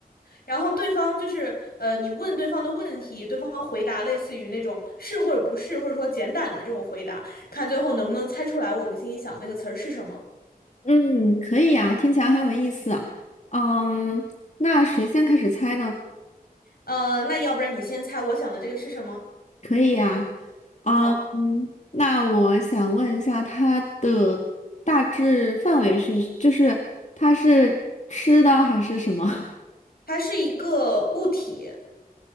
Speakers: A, on the left; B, on the left.
A: 然后对方就是呃，你问对方的问题，对方回答类似于那种是或者不是，或者说简短的这种回答，看最后能不能猜出来我们心里想那个词儿是什么。
B: 嗯，可以呀，听起来很有意思。嗯，那谁先开始猜呢？
A: 呃，那要不然你先猜我想的这个是什么？
B: 可以呀。嗯，
A: 好，
B: 那我想问一下，它的大致范围是，就是它是吃的还是什么？
A: 它是一个物体，